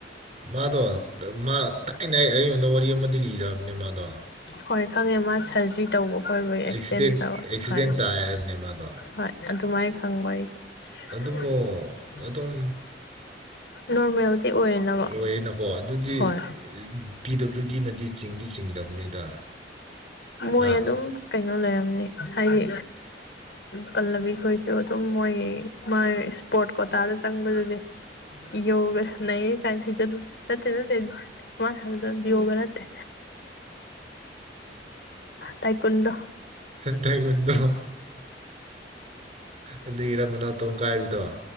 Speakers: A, on the right; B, on the left.
A: ꯃꯥꯗꯣ ꯃꯥ ꯊꯥꯏꯅ ꯑꯩ- ꯑꯩꯉꯣꯟꯗ ꯋꯥꯔꯤ ꯑꯃꯗꯤ ꯂꯤꯔꯛꯑꯕꯅꯦ ꯃꯥꯗꯣ
B: ꯍꯣꯏ ꯈꯪꯉꯦ ꯃꯥ ꯁꯔꯖꯔꯤ ꯇꯧꯕ ꯈꯣꯠꯕ ꯑꯦꯛꯁꯇꯦꯟ
A: ꯑꯦꯛꯁꯤꯗꯦꯟ
B: ꯇꯧꯔ
A: ꯑꯦꯛꯁꯤꯗꯦꯟ
B: ꯍꯣꯏ
A: ꯇꯥꯏ ꯍꯥꯏꯕꯅꯦ ꯃꯥꯗꯣ
B: ꯍꯣꯏ ꯑꯗꯨꯃꯥꯏꯅ ꯍꯪꯕ ꯃꯔꯋꯥ
A: ꯑꯗꯨꯕꯨ
B: ꯃꯔ
A: ꯑꯗꯨꯝ
B: ꯅꯣꯔꯃꯦꯜꯗꯤ ꯑꯣꯏꯔꯦꯅꯕ
A: ꯑꯣꯏꯌꯦꯅꯀꯣ ꯑꯗꯨꯗꯤ
B: ꯍꯣꯏ
A: ꯄꯤ ꯗꯕ꯭ꯂꯤꯎ ꯗꯤꯅꯗꯤ ꯆꯤꯡꯗꯤ ꯆꯤꯡꯗꯕꯅꯤꯗ
B: ꯃꯣꯏ
A: ꯅ
B: ꯑꯗꯨꯝ ꯀꯩꯅꯣ ꯂꯩꯔꯝꯅꯤ ꯍꯥꯏꯗꯤ ꯄꯜꯂꯕꯤ ꯈꯣꯏꯁꯨ ꯑꯗꯨꯝ ꯃꯣꯏ ꯃꯥꯥꯏ ꯏꯁꯄꯣꯔꯠ ꯀꯣꯇꯥꯗ ꯆꯪꯕꯗꯨꯗꯤ ꯌꯣꯒꯁꯥꯅꯩ ꯀꯥꯏ ꯅꯠꯇꯦ ꯅꯠꯇꯦ ꯌꯣꯒ ꯅꯠꯇꯦ ꯇꯥꯏꯀꯨꯟꯗꯣ
A: ꯊꯥꯏꯒꯨꯟꯗꯣ ꯑꯗꯒꯤꯔ ꯃꯅꯥꯎ ꯇꯣꯡ ꯀꯥꯏꯕꯗꯣ